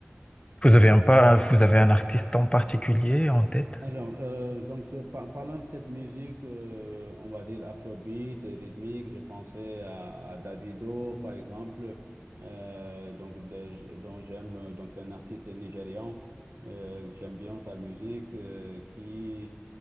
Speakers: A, on the left; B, on the right.
A: Vous avez un pas, vous avez un artiste en particulier en tête?
B: Alors, euh, donc je, par- parlant de cette musique, euh, on va dire afrobeat, rythmique, je pensais à, à Davido, par exemple, euh, donc de- dont j'aime, euh, donc c'est un artiste nigérian, euh, j'aime bien sa musique, euh, qui,